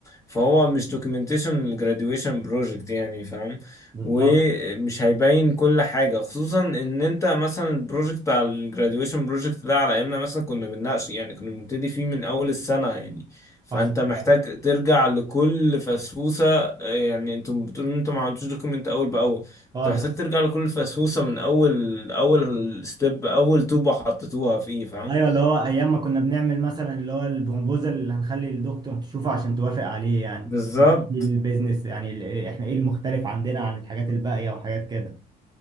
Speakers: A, on the left; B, on the right.
A: فهو مش دوكيومنتيشن الجراديويشن بروجكت يعني فاهم؟
B: بالظبط
A: ومش هيبين كل حاجة خصوصا ان انت مثلا البروجكت على الجراديويشن بروجكت ده على ايامنا مثلا كنا بنناقش يعني كنا بنبتدي فيه من اول السنة يعني فانت
B: حصل
A: محتاج
B: فعلا
A: ترجع لكل فسفوسة آه، يعني انتم بتقولوا ان انتم ما عملتوش دوكيمنت اول باول
B: خالص
A: انت محتاج ترجع لكل فسفوسة من اول اول ستيب اول طوبة حطيتوها فيه فاهم
B: ايوه اللي هو ايام ما كنا بنعمل مثلا اللي هو البروبوزال اللي هنخلي الدكتور تشوفه عشان توافق عليه يعني
A: بالظبط
B: اللي كان فيه البيزنس يعني ال- احنا ايه المختلف عندنا عن الحاجات الباقيه وحاجات كده